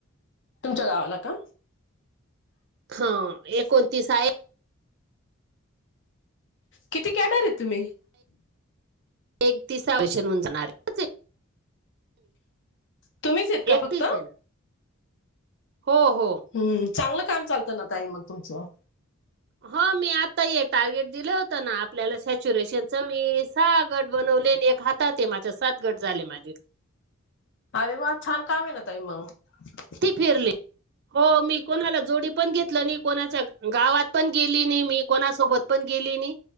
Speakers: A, on the left (about 60°); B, on the right (about 50°).
A: तुमच्या गावाला का?
B: हा एकोणतीस आहेत.
A: किती क्याडर आहेत तुम्ही?
B: एक तीस होऊन जाणार तसे
A: तुम्हीच आहेत का
B: एकतीस
A: फक्त
B: आहेत. हो, हो
A: हम्म चांगलं काम चालतं ना ताई मग तुमचं
B: हो मी आता ये टार्गेट दिलं होत ना आपल्याला सॅच्युरेशनच मी साहा गट बनवले एक हात सात, सात गट झाले माझे
A: अरे वा छान काम आहे ना तई मगं
B: ती फिरली हो मी कोणाला जोडी पण घेतलं नाही कोणाच्या गावात पण गेली नाही मी कोणासोबत पण गेली नाही.